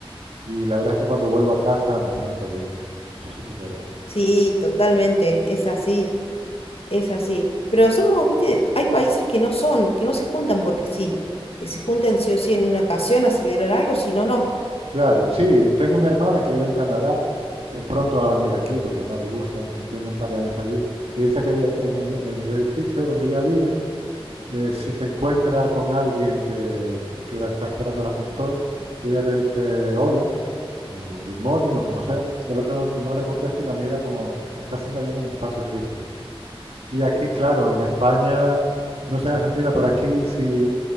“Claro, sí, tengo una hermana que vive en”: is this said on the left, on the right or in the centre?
Right